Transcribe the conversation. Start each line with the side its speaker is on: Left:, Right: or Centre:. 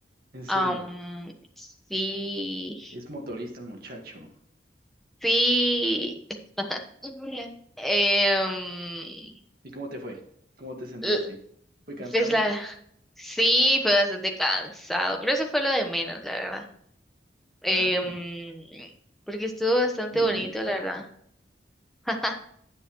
Right: En serio,
Centre: Am, sí,
Right: es motorista el muchacho.
Centre: sí. <laughs> Em,
Right: ¿Y cómo te fue? ¿Cómo te sentiste?
Centre: l-
Right: ¿Fue cansado?
Centre: pues la, sí, fue bastante cansado, pero eso fue lo de menos, la verdad. Em,
Right: Ah,
Centre: porque estuvo bastante
Right: mega.
Centre: bonito, la verdad. <laughs>